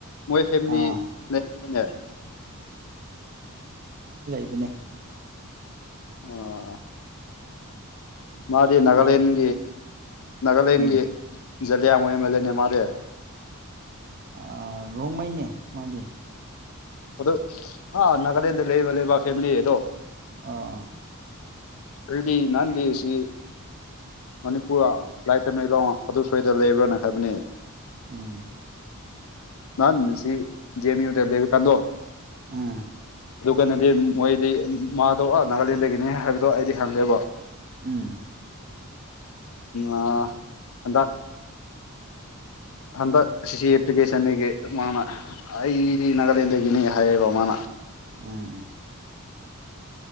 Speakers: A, on the left (about 65°); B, on the right (about 45°).
A: ꯃꯣꯏ ꯐꯦꯃꯤꯂꯤ
B: ꯑꯥ
A: ꯂꯩꯅꯦ
B: ꯑꯅꯦ
A: ꯑꯣ ꯃꯥꯗꯤ
B: ꯑꯩꯈꯣꯏ
A: ꯅꯥꯒꯥꯂꯦꯟꯒꯤ ꯅꯥꯒꯥꯂꯦꯟꯒꯤ
B: ꯎꯝ
A: ꯖꯂꯤꯌꯥꯝ ꯋꯦꯝꯂꯦꯅꯦ ꯃꯣꯢ ꯕꯦ
B: ꯑ ꯔꯣꯡꯃꯩꯅꯦ ꯃꯥꯗꯤ
A: ꯑꯗꯨ ꯍꯥ ꯅꯥꯒꯥꯂꯦꯟꯗ ꯂꯩꯕ ꯂꯩꯕ ꯐꯦꯃꯤꯂꯤ ꯑꯗꯣ
B: ꯑꯥ ꯑꯥ
A: ꯑꯩꯗꯤ ꯅꯍꯥꯟꯗꯤ ꯑꯁꯤ ꯃꯅꯤꯄꯨꯔ ꯂꯥꯏꯇꯃꯦꯂꯣ ꯑꯗꯨ ꯁ꯭ꯋꯥꯏꯗ ꯂꯩꯕ꯭ꯔꯥꯅ ꯍꯥꯏꯕꯅꯤ
B: ꯎꯝ
A: ꯅꯍꯟ ꯑꯁꯤ ꯖꯦꯟ ꯌꯨꯗꯂꯩꯕ ꯀꯥꯟꯗꯣ
B: ꯎꯝ
A: ꯑꯗꯨ ꯀꯥꯟꯗꯤ ꯃꯣꯏꯗꯤ ꯃꯥꯗꯣ ꯑꯥ ꯅꯥꯒꯥꯂꯦꯟꯗꯒꯤꯅꯦ ꯍꯥꯏꯕꯗꯣ ꯑꯩꯗꯤ ꯈꯪꯗꯦꯕ
B: ꯎꯝ
A: ꯥꯑꯥ ꯑꯥꯗ ꯍꯟꯗꯛ ꯁꯤꯁꯤ ꯑꯦꯄ꯭ꯂꯤꯀꯦꯁꯟꯗꯒꯤ ꯃꯥꯅ ꯑꯩꯗꯤ ꯅꯥꯒꯥꯂꯦꯟꯗꯒꯤꯅꯤ ꯍꯥꯏꯌꯦꯕꯥ ꯃꯥꯅ
B: ꯎꯝ ꯎꯝ